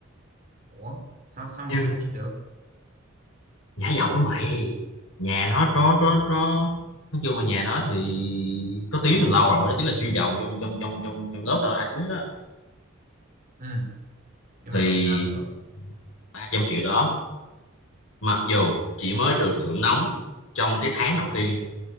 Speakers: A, on the right; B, on the left.
A: ủa sao sao mà
B: nhưng
A: kinh vậy được
B: Nhả dầu đó mày Nhà nó có có có Nói chung mà nhà nó thì Có tiếng từ lâu rồi Có tiếng là siêu giàu trong trong trong trong trong lớp tao ai cũng biết đó
A: ừ nhưng
B: Thì
A: mà rồi sao nữa
B: 300 triệu đó Mặc dù chỉ mới được thưởng nóng Trong cái tháng đầu tiên